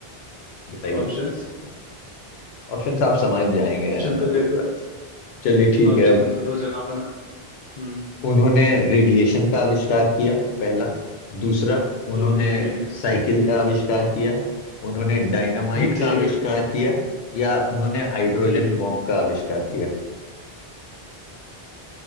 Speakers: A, on the left; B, on the left.
A: बताइए
B: ऑप्शंस
A: ऑप्शन आप समझ जाएंगे
B: ऑप्शन
A: मैं
B: तो
A: दूंगा
B: दे दो
A: चलिए ठीक
B: ऑप्शन
A: है
B: तो दो जहाँ बना हम्म
A: उन्होंने रेडिएशन का आविष्कार किया पहला दूसरा
B: ठीक
A: उन्होंने
B: है ठीक है
A: साइकिल का आविष्कार किया उन्होंने डायनामाइट
B: <laughs>
A: का
B: ठीक
A: आविष्कार
B: है
A: किया या उन्होंने हाइड्रोजन
B: ठीक है
A: बॉम्ब का आविष्कार किया